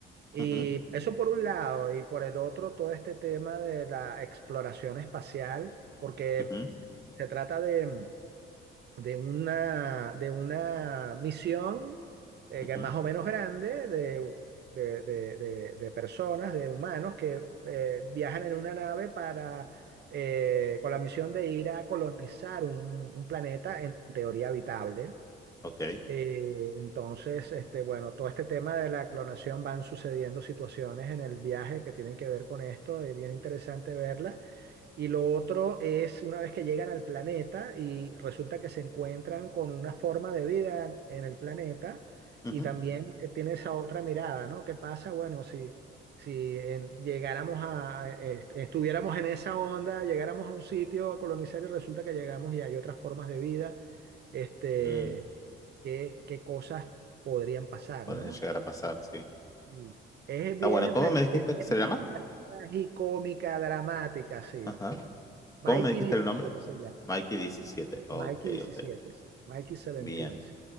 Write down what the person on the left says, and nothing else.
Ujú,
ujú,
ujú.
Ok.
Ujú.
Mm,
podría
llegar a pasar, sí.
Está
bueno.
¿Cómo
me dijiste que
se
llama?
Ajá.
¿Cómo me dijiste
el nombre?
Mikey diecisiete. Ok,
ok.
Bien.